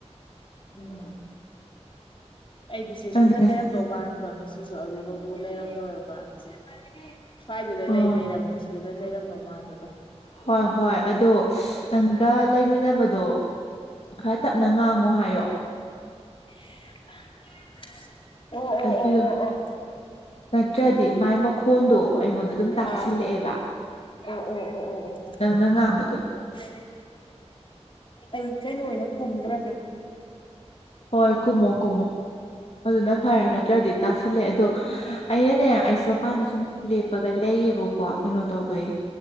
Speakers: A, on the left; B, on the left.
A: ꯎꯝ ꯑꯩꯗꯤ ꯁꯤ
B: ꯅꯪꯗꯤ
A: ꯁꯨꯝ ꯂꯩꯔꯝꯗꯧ
B: ꯉꯁꯤ
A: ꯃꯥꯟꯕ ꯉꯁꯤꯁꯨ ꯑꯗꯨꯒꯕꯨ ꯂꯩꯔꯝꯗꯕꯩ ꯥ ꯋꯥꯅꯤꯁꯦ ꯁ꯭ꯋꯥꯏꯗꯗ
B: ꯑꯣ
A: ꯂꯩ ꯂꯩꯔꯝꯅꯤꯅ ꯁꯤꯗ ꯂꯩꯔꯝꯗꯧ ꯃꯥꯟꯕꯗꯣ
B: ꯍꯣꯏ ꯍꯣꯏ ꯑꯗꯣ ꯅꯪꯒ ꯂꯩꯃꯤꯟꯅꯕꯗꯣ ꯈꯔ ꯇꯞꯅ ꯉꯥꯡꯉꯣ ꯍꯥꯏꯌꯣ
A: <unintelligible>
B: ꯑꯗꯨꯗꯨ
A: ꯑꯣ ꯑꯣ ꯑꯣ
B: ꯅꯠꯇ꯭ꯔꯗꯤ ꯃꯥꯏ ꯃꯛ ꯈꯣꯟꯗꯣ ꯑꯩꯉꯣꯟꯗ ꯑꯗꯨꯝ ꯇꯥꯁꯤꯜꯂꯦꯑꯦꯕ
A: ꯑꯥ ꯑꯣ ꯑꯣ ꯑꯣ ꯑꯣ ꯑꯣ ꯑꯣ
B: ꯅꯪ ꯅ ꯉꯥꯡꯕꯗꯣ
A: <unintelligible> ꯑꯩ ꯀꯩꯅꯣ ꯑꯣꯏꯅ ꯀꯨꯝꯒ꯭ꯔꯒꯦ
B: ꯍꯣꯏ ꯀꯨꯝꯃꯣ ꯀꯨꯝꯃꯣ ꯑꯗꯨꯅ
A: ꯎꯝ
B: ꯐꯔꯦ
A: ꯎꯝ
B: ꯅꯠꯇ꯭ꯔꯗꯤ ꯇꯥꯁꯤꯜꯂꯦ ꯑꯗꯣ ꯑꯩꯅꯅꯦ ꯑꯩꯁꯨ ꯃꯄꯥꯟꯗ ꯁꯨꯝ ꯂꯦꯞꯄꯒ ꯂꯩꯌꯦꯕꯀꯣ ꯀꯩꯅꯣ ꯇꯧꯕꯩ